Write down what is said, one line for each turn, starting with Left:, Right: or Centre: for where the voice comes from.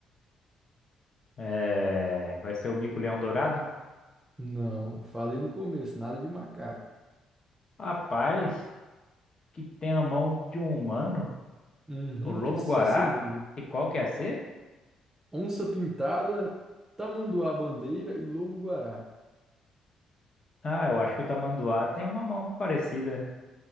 Left: É, vai ser o mico-leão dourado?
Right: Não, falei no começo, nada de macaco.
Left: Rapaz, que tem a mão de um humano?
Right: Uhum,
Left: O lobo-guará?
Right: que se assemelha.
Left: E qual que é a C?
Right: Onça pintada, tamanduá bandeira e lobo guará.
Left: Ah, eu acho que o tamanduá tem uma mão parecida.